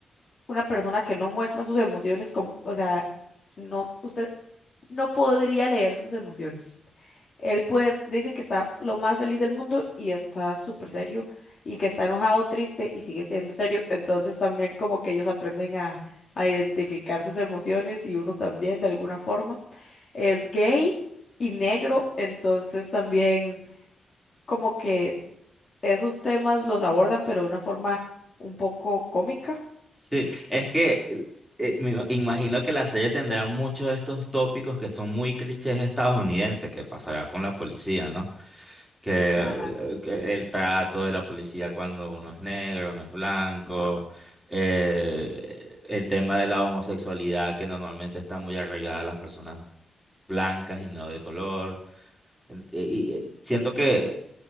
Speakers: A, on the left (about 35°); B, in the centre.
A: una persona que no muestra sus emociones, com- o sea, no, s- usted no podría leer sus emociones. Él pues dice que está lo más feliz del mundo y está súper serio y que está enojado, triste y sigue siendo serio. Entonces también como que ellos aprenden a, a identificar sus emociones y uno también de alguna forma. Es gay y negro, entonces también como que esos temas los abordan pero de una forma un poco cómica.
B: Sí, es que el- eh, me ima- imagino que la serie tendrá muchos de estos tópicos que son muy clichés estadounidenses, que pasará con la policía, ¿no? Que,
A: Ajá.
B: eh, que el trato de la policía cuando uno es negro, uno es blanco, eh, el tema de la homosexualidad que normalmente está muy arraigada a las personas blancas y no de color. En- y- y- siento que